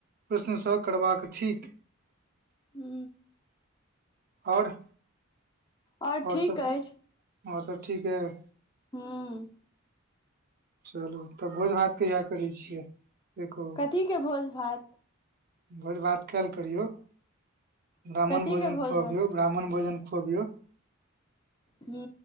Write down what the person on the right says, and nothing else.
प्रश्नसँ करबाक थिक।
और
और
सब
कि और सब ठीक अइ?
चलू तऽ भोज भात कहिया करै छियै? से कहू
भोज भात कैल करियौ ब्राह्मण
भोजन
खुअबियौ
ब्राह्मण भोजन खुअबियौ।